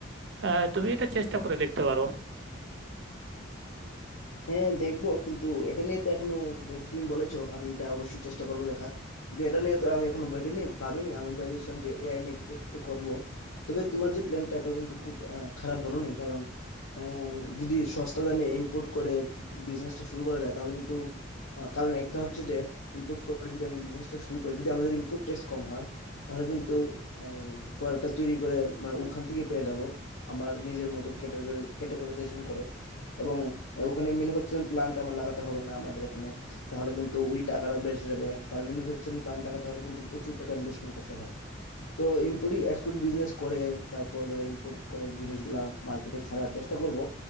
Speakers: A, on the right; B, on the left.
A: আহ, তুমি এটা চেষ্টা করে দেখতে পারো
B: হ্যাঁ দেখবো কিন্তু এটা নিয়ে তো এখনো যেহেতু তুমি বলেছো আমি এটা অবশ্যই চেষ্টা করব দেখার কিন্তু এটা নিয়ে তো আমি এখনো ভেবিনি ভাবিনি আমি ভেবেছিলাম যে এআই নিয়ে কিছু একটা করব তবে তোমার যে প্ল্যানটা এটা কিন্তু খুব আহ, খারাপ বলোনি কারণ আহ, যদি সস্তা দামে ইম্পোর্ট করে বিজনেসটা শুরু করা যায় তাহলে কিন্তু আহ, কারণ একটা হচ্ছে যে ইম্পোর্ট করে যদি আমি বিজনেসটা শুরু করি যদি আমাদের ইম্পোর্ট ট্যাক্স কম হয় তাহলে কিন্তু প্রোডাক্টটা তৈরি করে মানে ওখান থেকে পেয়ে যাব আমার নিজের মতো ক্যাটাগরাইজেশন করে এবং ওখানে ম্যানুফ্যাকচারিং প্ল্যান্ট আমার লাগাতে হবে না আমাদের এখানে তাহলে কিন্তু ওই টাকাটা বেঁচে যাবে কারণ ম্যানুফ্যাকচারিং প্ল্যান্ট লাগাতে হলে কিন্তু প্রচুর টাকা ইনভেস্টমেন্ট করতে হয় তো ইম্পোর্টিং এক্সপোর্ট বিজনেস করে তারপর ধরো ইম্পোর্ট করে জিনিসগুলা মার্কেটে ছাড়ার চেষ্টা করব